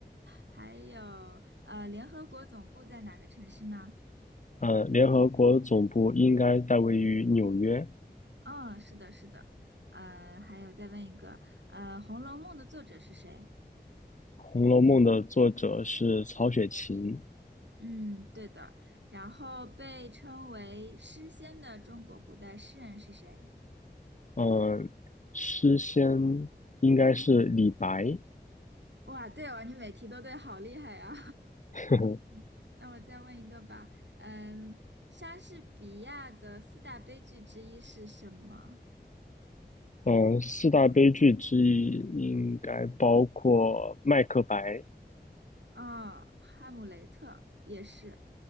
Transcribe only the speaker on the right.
还有，呃，联合国总部在哪个城市呢？
嗯，是的，是的。呃，还有再问一个，呃，《红楼梦》的作者是谁？
嗯，对的。然后被称为诗仙的中国古代诗人是谁？
哇，对哦，你每题都对，好厉害啊！
<laughs> 那我再问一个吧，嗯，莎士比亚的四大悲剧之一是什么？
啊、哈姆雷特也是。